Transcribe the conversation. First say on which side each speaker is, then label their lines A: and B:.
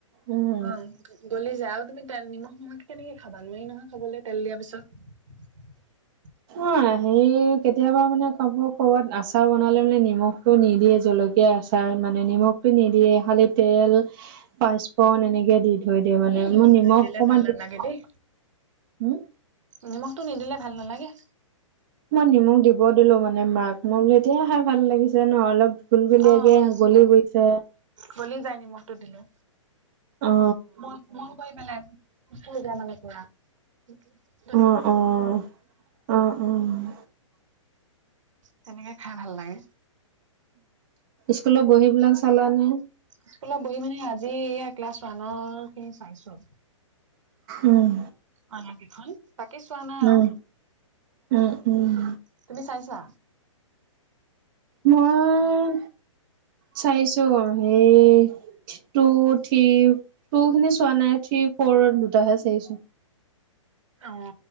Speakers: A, on the right; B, on the right.
A: উম
B: অঁ' গলি যায় আৰু তুমি তেল নিমখ নিমখে কেনেকে খাবা নোৱাৰি নহয় খাবলৈ তেল দিয়াৰ পিছত। <unintelligible>
A: অ হে কেতিয়াবা মানে কব কৰবাত আচাৰ বনালে মানে নিমখ- টো নিদিয়ে জলকীয়া আচাৰ মানে নিমখটো নিদিয়ে খালি তেল- পাঁচপন এনেকে দি থৈ দিয়ে মানে
B: এই নিমখটো
A: মোৰ নিমখ
B: নিদিলে
A: অকমান
B: ভাল নালাগে
A: দি হম।
B: দেই, নিমখটো নিদিলে ভাল নালাগে।
A: মই নিমখ দিব দিলো মানে মাক, মই বোলো এতিয়াই খাই ভাল লাগিছে ন অলপ। গুল গুলীয়াকে
B: অঁ'
A: গলি গৈছে
B: গলি যায় নিমখতটো দিলে।
A: অ
B: কোমল কোমল কৰি পেলাই, পৰি যায় মানে পুৰা। সেইটোৱে।
A: অ', অ', অ', অ'।
B: তেনেকে খাই ভাল লাগে।
A: স্কুলৰ বহী বিলাক চালা নে?
B: স্কুলৰ বহি মানে আজি, এইয়া ক্লাছ ওৱানৰ খিনি চাইছো।
A: উম।
B: অনা কেইখন, তাকে চোৱা নাই
A: উম
B: আৰু।
A: উম উম।
B: তুমি চাইছা?
A: মই চাইছো সেই টু থ্ৰী টু খিনি চোৱা নাই থ্ৰী ফ'ৰ দুটাহে চাইছো
B: অহ